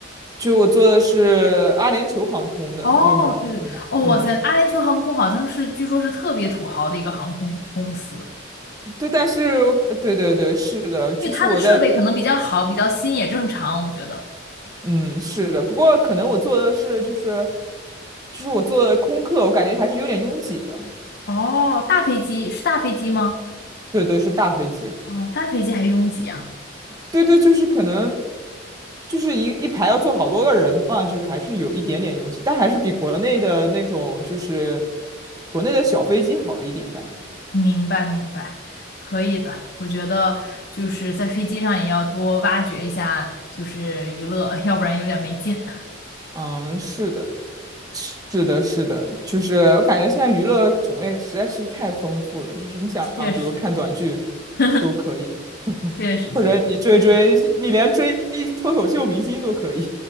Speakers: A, on the right; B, on the left.
A: 就我坐的是阿联酋航空的，
B: 哦，
A: 你有没有听过？
B: 对对，哦，
A: 嗯，
B: 哇塞，阿联酋航空好像是，据说是特别土豪的一个航空公司，
A: 对，但是我对对对，是的，就是我在，
B: 因为它的设备可能比较好，比较新也正常，我觉得。
A: 嗯，是的，不过可能我坐的是就是，就是我坐的空客，我感觉还是有点拥挤的。
B: 哦，大飞机是大飞机吗？
A: 对对，是大飞机。
B: 哦，大飞机还拥挤啊？
A: 对对，就是可能就是一一排要坐好多个人嘛，就是还是有一点点拥挤，但还是比国内的那种就是国内的小飞机好一点感觉。
B: 明白明白，可以的。我觉得就是在飞机上也要多挖掘一下，就是娱乐，要不然有点没劲。<laughs>
A: 嗯，是的，是的，是的，就是我感觉现在娱乐种类实在是太丰富了，就是你想啊，
B: 确实，
A: 比如看短剧
B: <laughs>
A: 都可以，
B: 确实，
A: 或者你追追，
B: 确实。
A: 你连追脱口秀明星都可以。